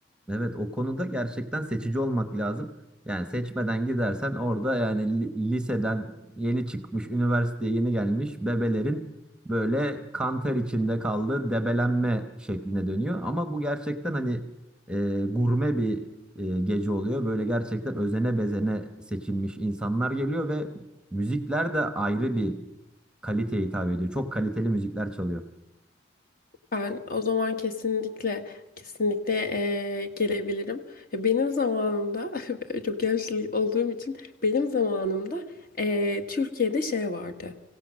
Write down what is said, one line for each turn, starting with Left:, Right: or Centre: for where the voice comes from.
Centre: Evet o konuda gerçekten seçici olmak lazım. Yani seçmeden gidersen orada yani li- liseden yeni çıkmış, üniversiteye yeni gelmiş bebelerin böyle kanter içinde kaldığı debelenme şekline dönüyor. Ama bu gerçekten hani e, gurme bir e, gece oluyor. Böyle gerçekten özene bezene seçilmiş insanlar geliyor ve müzikler de ayrı bir kaliteye hitap ediyor. Çok kaliteli müzikler çalıyor.
Left: Ben o zaman kesinlikle kesinlikle eee, gelebilirim. E, Benim zamanımda <laughs> çok yaşlı olduğum için benim zamanımda eee, Türkiye'de şey vardı.